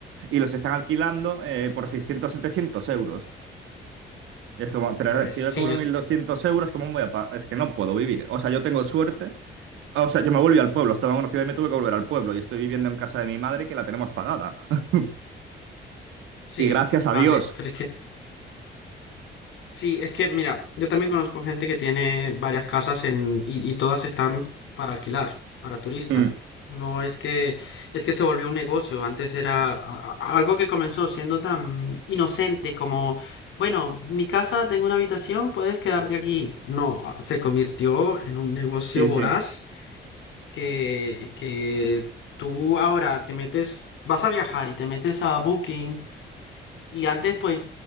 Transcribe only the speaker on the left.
pues
sí,
yo
Sí,
vale,
pero es que, sí, es que, mira, yo también conozco gente que tiene varias casas en, y, y todas están para alquilar, para turistas.
No es que, es que se volvió un negocio, antes era a- a- algo que comenzó siendo tan inocente como, bueno, mi casa, tengo una habitación, puedes quedarte aquí. No, ah, se convirtió en un negocio
voraz
que, que tú ahora te metes, vas a viajar y te metes a Booking Y antes, pues,